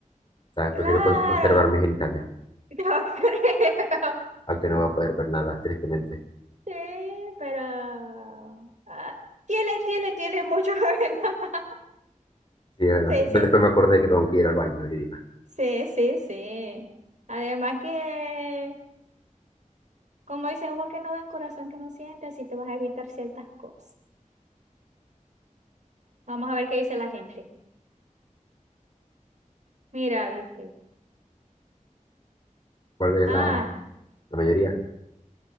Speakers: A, on the left (about 40°); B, on the right (about 60°).
A: ¿sabes?
B: Claro,
A: Prefiero con- conservar mis genitales,
B: <laughs> yo creo.
A: aunque no voy a poder ver nada, tristemente.
B: Sí, pero... ah, tiene, tiene, tiene mucho <laughs> ventaja.
A: Sí, es verdad.
B: Sí,
A: Después
B: sí,
A: me acordé que tengo que ir al baño y orinar.
B: sí, sí, sí. Además que, como dice, ojo que no ven, corazón que no siente, así te vas a evitar ciertas cosas. Vamos a ver qué dice la gente. Mira, viste.
A: ¿Cuál es
B: Ah,
A: la, la mayoría?